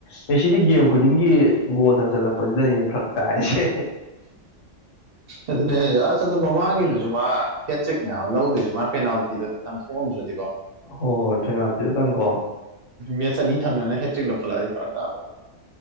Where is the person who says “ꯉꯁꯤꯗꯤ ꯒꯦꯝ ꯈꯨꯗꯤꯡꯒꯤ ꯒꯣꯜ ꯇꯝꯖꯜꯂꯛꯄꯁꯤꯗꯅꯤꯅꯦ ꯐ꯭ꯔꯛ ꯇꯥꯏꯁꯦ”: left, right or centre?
Left